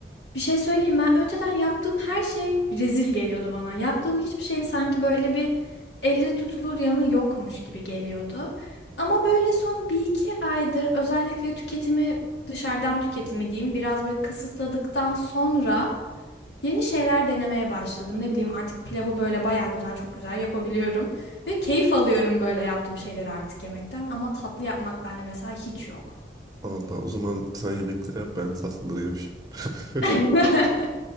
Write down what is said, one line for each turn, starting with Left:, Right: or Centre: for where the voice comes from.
Left: Bir şey söyleyeyim ben önceden yaptığım her şey rezil geliyordu bana. Yaptığım hiçbir şeyin sanki böyle bir elle tutulur yanı yokmuş gibi geliyordu. Ama böyle son bir iki aydır özellikle tüketimi dışarıdan tüketimi diyeyim biraz böyle kısıtladıktan sonra yeni şeyler denemeye başladım. Ne bileyim artık pilavı böyle baya güzel çok güzel yapabiliyorum. Ve keyif alıyorum böyle yaptığım şeyleri artık yemekten ama tatlı yapmak bende mesela hiç yok.
Right: Allah o zaman sen yemekleri yap ben tatlıları yapayım.
Left: <laughs>